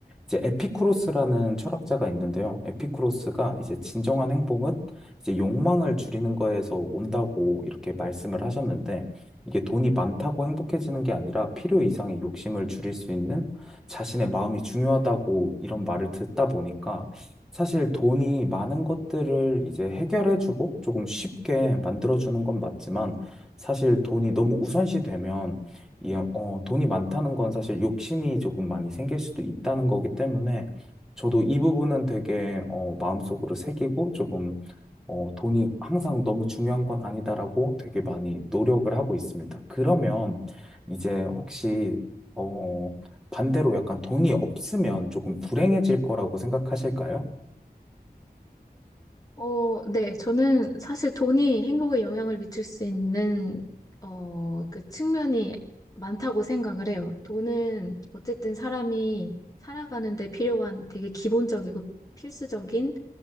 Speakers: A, in the centre; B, on the left.
A: 이제 에피쿠로스라는 철학자가 있는데요. 에피쿠로스가 이제 진정한 행복은 이제 욕망을 줄이는 거에서 온다고 이렇게 말씀을 하셨는데 이게 돈이 많다고 행복해지는 게 아니라 필요 이상의 욕심을 줄일 수 있는 자신의 마음이 중요하다고 이런 말을 듣다 보니까 사실 돈이 많은 것들을 이제 해결해주고 조금 쉽게 만들어주는 건 맞지만 사실 돈이 너무 우선시 되면 이, 어, 돈이 많다는 건 사실 욕심이 조금 많이 생길 수도 있다는 거기 때문에 저도 이 부분은 되게 어, 마음속으로 새기고 조금 어, 돈이 항상 너무 중요한 건 아니다라고 되게 많이 노력을 하고 있습니다. 그러면 이제 혹시, 어, 반대로 약간 돈이 없으면 조금 불행해질 거라고 생각하실까요?
B: 어, 네. 저는 사실 돈이 행복에 영향을 미칠 수 있는, 어, 그 측면이 많다고 생각을 해요. 돈은 어쨌든 사람이 살아가는 데 필요한 되게 기본적이고 필수적인,